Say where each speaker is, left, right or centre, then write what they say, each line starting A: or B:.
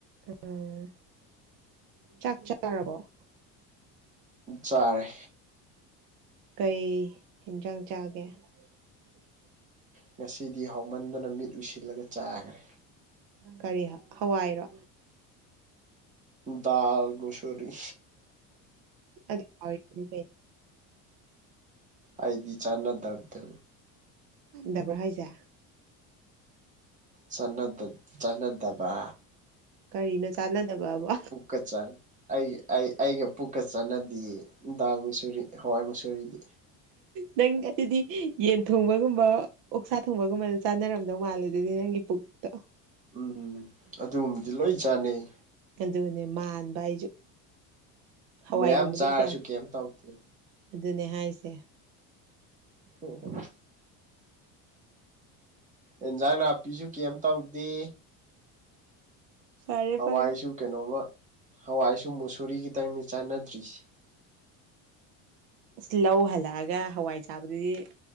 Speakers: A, on the right; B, on the right.
A: ꯎꯝ ꯆꯥꯛ ꯆꯥꯔꯕꯣ <inaudible>
B: ꯆꯥꯔꯦ
A: ꯀꯩ ꯍꯦꯟꯖꯥꯡ ꯆꯥꯒꯦ ꯎ <unintelligible>
B: ꯉꯁꯤꯗꯤ ꯍꯥꯎꯃꯟꯗꯅ ꯃꯤꯠ ꯎꯏꯁꯤꯜꯂꯒ ꯆꯥꯈ꯭ꯔꯦ
A: ꯀꯔꯤ ꯍꯋꯥꯏꯔꯣ
B: ꯗꯜ ꯃꯨꯁꯔꯤ
A: ꯑꯗ <unintelligible>
B: ꯑꯩꯗꯤ ꯆꯥꯟꯅꯗꯕꯗ
A: ꯗꯕ꯭ꯔ ꯍ ꯍꯥꯏꯖꯥ
B: ꯁꯅꯗ ꯁꯅꯗꯕ
A: ꯀꯔꯤꯅ ꯆꯥꯟꯅꯗꯕꯕꯣ
B: ꯀꯆꯥꯏ ꯑꯩꯒꯤ ꯑꯩ ꯑꯩꯒ ꯄꯨꯛꯀ ꯆꯥꯟꯅꯗꯤꯌꯦ ꯗꯥꯜ ꯃꯁꯨꯔꯤ ꯍꯋꯥꯏ ꯃꯨꯁꯨꯨꯔꯤꯗꯤ
A: ꯅꯪ ꯑꯗꯨꯗꯤ ꯌꯦꯟ ꯊꯣꯡꯕꯒꯨꯝꯕ ꯑꯣꯛꯁꯥ ꯊꯣꯡꯕꯒꯨꯝꯕꯗ ꯆꯥꯅꯔꯝꯗꯧ ꯃꯥꯜꯂꯦ ꯑꯗꯨꯗꯤ ꯅꯪꯒꯤ ꯄꯨꯛꯇꯣ
B: ꯎꯝ ꯑꯗꯨꯒꯨꯝꯕꯗꯤ ꯂꯣꯏ ꯆꯥꯟꯅꯩ
A: ꯑꯗꯨꯅꯦ ꯃꯥꯟꯕ ꯑꯩꯁꯨ ꯍꯋꯥꯏꯒꯨꯝꯕꯗꯤ
B: ꯃꯌꯥꯝ ꯆꯥꯔꯁꯨ
A: ꯀꯌꯥ
B: ꯀꯩꯝ ꯇꯧꯗꯦ
A: ꯑꯗꯨꯅꯦ ꯍꯥꯏꯁꯦ
B: ꯑꯣ ꯍꯣ ꯏꯟꯖꯥꯡ ꯅꯥꯄꯤꯁꯨ ꯀꯩꯝ ꯇꯧꯗꯦ
A: ꯐꯔꯦ
B: ꯍꯋꯥꯏꯁꯨ
A: ꯐꯔꯦ
B: ꯀꯩꯅꯣꯝꯃ ꯍꯋꯥꯏꯁꯨ ꯃꯨꯁꯨꯔꯤ ꯈꯤꯇꯪꯅꯤ ꯆꯥꯟꯅꯗ꯭ꯔꯤꯁ
A: ꯑ ꯂꯧ ꯍꯜꯂꯛꯑꯒ ꯍꯋꯥꯏ ꯆꯥꯕꯗꯨꯗꯤ